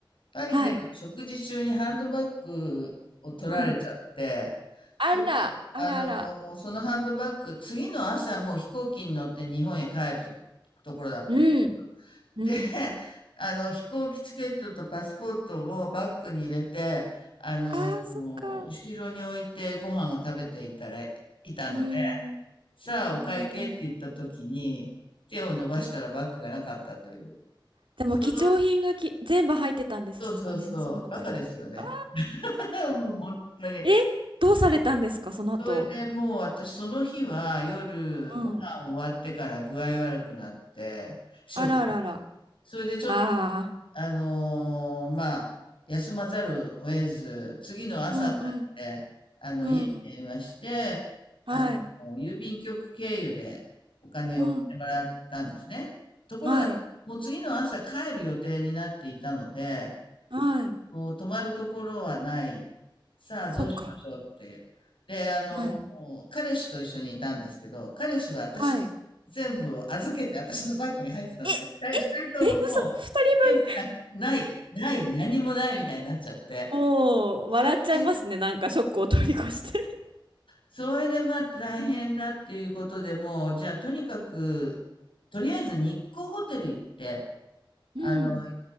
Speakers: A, on the left; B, on the right.
A: パリであの食事中にハンドバッグを取られちゃって、
B: はい。うん。あら、
A: それで、あの、
B: あらあら。
A: そのハンドバッグ、次の朝もう飛行機に乗って日本へ帰ると、ところだったの。
B: うん。
A: で、
B: うん。
A: あの、飛行機チケットとパスポートをバッグに入れて、あの、
B: ああ、そっか。
A: 後ろに置いてご飯を食べていたら、いたので、
B: うん。
A: さあお会計って言った時に、
B: うんうんうん。
A: 手を伸ばしたらバッグがなかったという。
B: でも貴重品がき全部入ってたんですかね、
A: そう、そうそうそう、
B: その中に。
A: バカですよね。
B: あー
A: <laughs> もう本当に。
B: え、どうされたんですか、その後。
A: それでもう私その日は夜ご飯終わってから具合悪くなって、
B: うん。
A: ショック。
B: あらあらあら。
A: それでちょっと、
B: ああ。
A: あのーまあ、休まざるを得ず、次の朝になって、
B: うんうん。
A: あの、
B: うん
A: 家に電話して、あの、
B: はい。
A: 郵便局経由でお金を送ってもらったんですね。
B: うん。
A: ところが、
B: はい。
A: もう次の朝帰る予定になっていたので、
B: はい。
A: もう泊まるところはない。さあ、
B: そっか。
A: どうしましょうっていう。で、あの、
B: はい。
A: 彼氏と一緒にいたんですけど、彼氏は私、
B: はい。
A: 全部を預けて私のバッグに入ってたんで、
B: え、
A: 二人、
B: え、
A: 二人とももう、
B: え、嘘、二人分。
A: 全部な、ない、ない、何もないみたいになっちゃって。
B: もう、
A: それで、
B: 笑っちゃいますね。なんかショックを通り越して。
A: それでまあ大変だっていうことでもう、じゃあとにかく、とりあえず日光ホテル行って、あの、
B: うん。